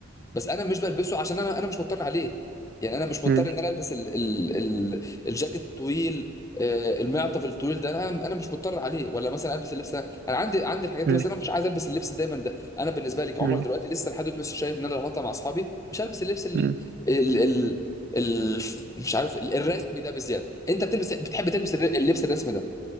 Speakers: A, on the left; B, on the right.
A: بس انا مش بلبسه عشان انا انا مش مضطر عليه يعني انا مش مضطر
B: مم.
A: ان انا البس ال ال ال الجاكيت الطويل آه، المعطف الطويل ده انا انا مش مضطر عليه ولا مثلا البس اللبس ده. انا عندي عندي الحاجات
B: مم.
A: دي بس انا مش عايز البس اللبس دايما ده انا بالنسبه لي كعمر
B: مم.
A: دلوقتي لسه لحد دلوقتي مش شايف ان انا لو هطلع مع اصحابي مش هلبس اللبس ال
B: مم.
A: ال ال ال مش عارف ال- الرسمي ده بزياده انت بتلبس بتحب تلبس الر- اللبس الرسمي ده